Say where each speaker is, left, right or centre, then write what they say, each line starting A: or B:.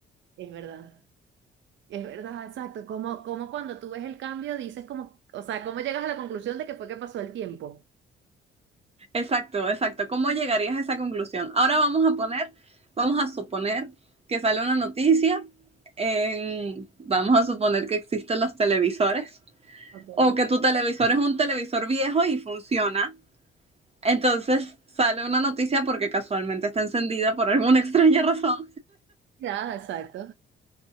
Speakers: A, on the right; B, on the right.
A: Es verdad, es verdad, exacto. Como, como cuando tú ves el cambio, dices como, o sea, ¿cómo llegas a la conclusión de que fue que pasó el tiempo?
B: Exacto, exacto. ¿Cómo llegarías a esa conclusión? Ahora vamos a poner, vamos a suponer que sale una noticia, en- vamos a suponer que existen los televisores
A: Ok.
B: o que tu televisor es un televisor viejo y funciona. Entonces sale una noticia porque casualmente está encendida por alguna <laughs> extraña razón
A: Ya, exacto.